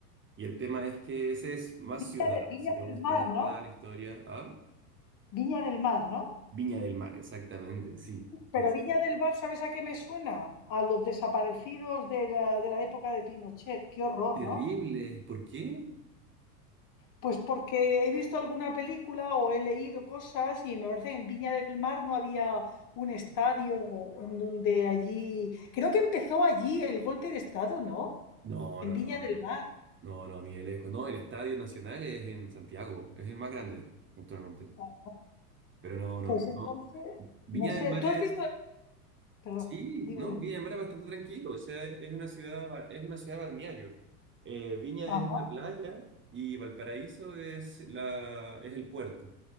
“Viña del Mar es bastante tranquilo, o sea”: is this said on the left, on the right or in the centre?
Right